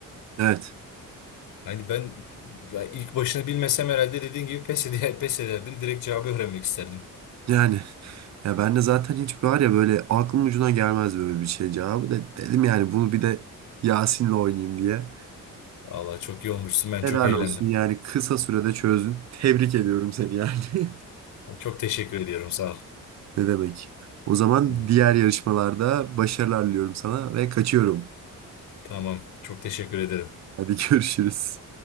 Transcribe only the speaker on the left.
Hani ben, ben ilk başını bilmesem herhalde dediğin gibi pes, ede- <laughs> pes ederdim. Direkt cevabı öğrenmek isterdim.
Vallahi çok iyi olmuşsun. Ben
çok eğlendim.
Çok teşekkür ediyorum. Sağ ol.
Hı.
Tamam. Çok teşekkür ederim.